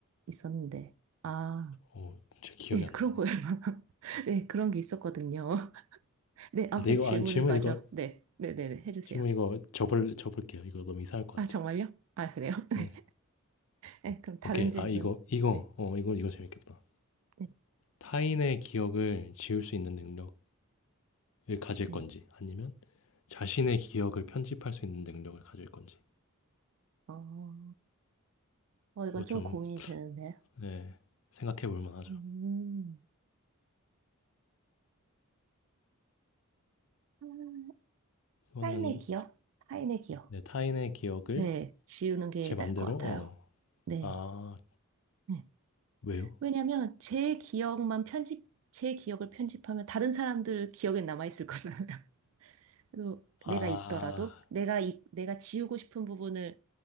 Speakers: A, on the right; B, on the left.
A: 있었는데. 아,
B: 어, 제 기억이
A: 네,
B: 안
A: 그런
B: 나네요.
A: 거예요. <laughs> 네, 그런 게 있었거든요. <laughs> 네,
B: 아,
A: 아무튼
B: 근데 이거,
A: 질문을
B: 아, 질문
A: 마저.
B: 이거,
A: 네, 네네네, 해주세요.
B: 질문 이거 접을, 접을게요. 이거 너무 이상할 것
A: 아, 정말요?
B: 같아요.
A: 아, 그래요? <laughs> 네,
B: 네.
A: 네, 그럼 다른
B: 오케이.
A: 질문.
B: 아, 이거, 이거,
A: 네,
B: 어, 이거, 이거 재밌겠다.
A: 네,
B: 타인의 기억을 지울 수 있는 능력을 가질
A: 네.
B: 건지, 아니면 자신의 기억을 편집할 수 있는 능력을 가질 건지.
A: 어, 어, 이건
B: 이거
A: 좀
B: 좀,
A: 고민이 되는데요.
B: 네, 생각해 볼 만하죠.
A: 음, 아,
B: 이거는
A: 타인의 기억? 타인의 기억.
B: 내 타인의 기억을
A: 네, 지우는 게
B: 제
A: 나을
B: 맘대로
A: 것 같아요.
B: 어.
A: 네.
B: 아,
A: 네.
B: 왜요?
A: 왜냐면 제 기억만 편집, 제 기억을 편집하면 다른 사람들 기억에 남아있을 거잖아요. <laughs> 그래서 내가
B: 아,
A: 있더라도, 내가, 이, 내가 지우고 싶은 부분을